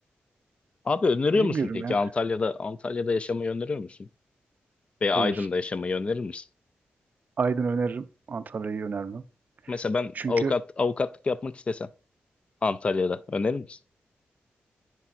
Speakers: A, on the left; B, on the right.
A: Abi öneriyor
B: Bilmiyorum
A: musun peki
B: yani.
A: Antalya'da Antalya'da yaşamayı öneriyor musun? Veya
B: Hayır.
A: Aydın'da yaşamayı önerir misin?
B: Aydın öneririm, Antalya'yı önermem.
A: Mesela ben
B: Çünkü
A: avukat avukatlık yapmak istesem Antalya'da önerir misin?